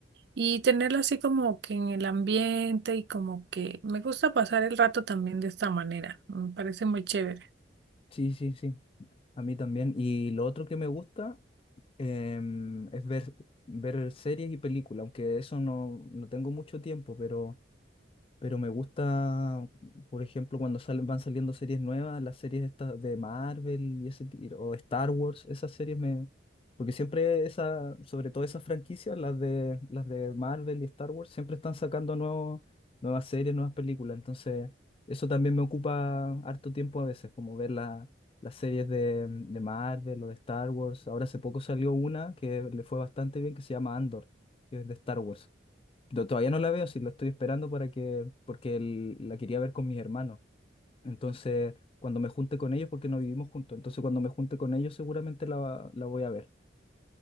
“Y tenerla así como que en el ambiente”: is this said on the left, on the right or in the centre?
Right